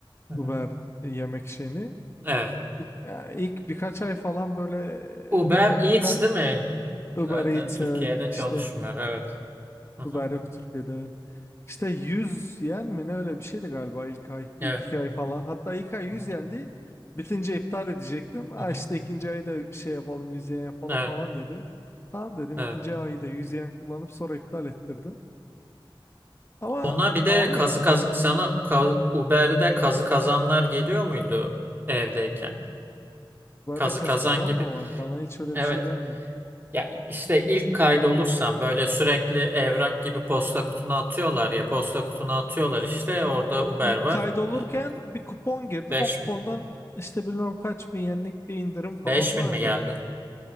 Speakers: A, on the right (about 25°); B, on the left (about 30°).
A: Hı hı.
B: Uber yemek şeyini.
A: Evet.
B: İlk, ya ilk birkaç ay falan böyle
A: Uber
B: e,
A: Eats
B: ka-
A: değil mi?
B: Uber
A: Zaten
B: Eats
A: Türkiye'de
B: evet,
A: çalışmıyor.
B: işte
A: Evet. Hı hı.
B: Uber yok Türkiye'de. evet. İşte 100 yen mi ne öyle bir şeydi galiba ilk ay, ilk
A: Evet.
B: iki ay falan. Hatta ilk ay yüz
A: Hı hı.
B: yendi. Bitince iptal edecektim. Aa
A: Hı hı.
B: işte ikinci ayı da şey yapalım 100 yen yapalım
A: Evet.
B: falan dedi. Tamam dedim
A: Evet.
B: ikinci ayı da 100 yen kullanıp sonra iptal ettirdim. Ama
A: Ona bir
B: pahalı
A: de kazı
B: ya.
A: kaz sana ka- Uber'de kazı kazanlar geliyor muydu evdeyken?
B: Uber'de
A: Kazı
B: kaz
A: kazan
B: kazanma
A: gibi.
B: var. Bana hiç öyle
A: Evet.
B: bir şey gelmedi.
A: Ya işte ilk kaydolursan böyle sürekli evrak gibi posta kutuna atıyorlar ya. Posta kutuna atıyorlar işte. Orada Uber
B: İlk
A: var.
B: kaydolurken
A: Ee, Evet.
B: bir kupon girdim.
A: Beş
B: O kupondan
A: bin
B: işte bilmem kaç bin yenlik bir indirim falan
A: beş
B: vardı.
A: bin mi geldi?